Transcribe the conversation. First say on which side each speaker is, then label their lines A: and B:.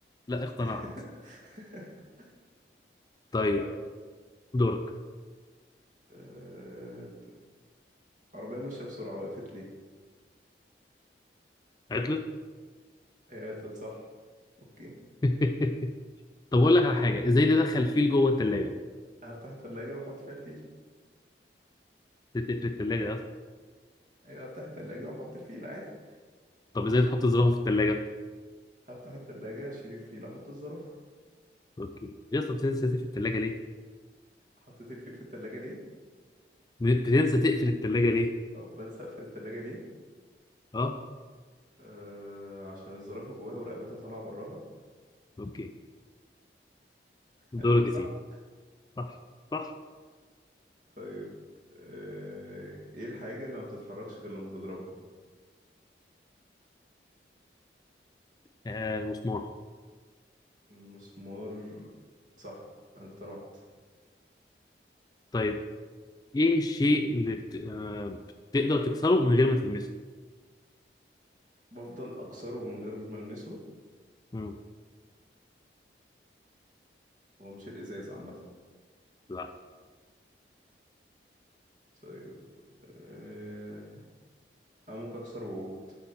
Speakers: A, on the left (about 20°); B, on the right (about 45°).
A: لا اقتنعت
B: <laughs>
A: طيب
B: طيب
A: دورك
B: آه... عربية ماشية بسرعة وقفت ليه؟
A: عطلت
B: هي قالت صح اوكي
A: <laughs> طب اقول لك على حاجه ازاي تدخل فيل جوه الثلاجه
B: هفتح التلاجة واحط فيها الفيل
A: تقفل الثلاجه يا اسطى
B: ايوه هفتح التلاجة واحط الفيل عادي
A: طب ازاي تحط زرافه في الثلاجه
B: هفتح التلاجة اشيل الفيل احط الزرافة
A: اوكي يا اسطى بتنسى تقفل الثلاجه ليه
B: حطيت الفيل في التلاجة ليه
A: بتنسى تقفل الثلاجه ليه
B: او بنسى اقفل التلاجة ليه
A: اه
B: آه عشان الزرافة جواها ورقبتها طالعة براها
A: اوكي دورك
B: انا جاوبت
A: يا
B: صح
A: سيدي صح صح
B: طيب آه ايه الحاجة اللي ما بتتحركش غير لما تضربها
A: آه المسمار
B: المسمار صح انا اقتنعت
A: طيب ايه الشيء اللي بت... آه بتقدر تكسره من غير ما تلمسه
B: بفضل اكسره من غير ما المسه
A: مم.
B: هو مش الازاز عامة
A: لا
B: طيب آه انا ممكن اكسر وعود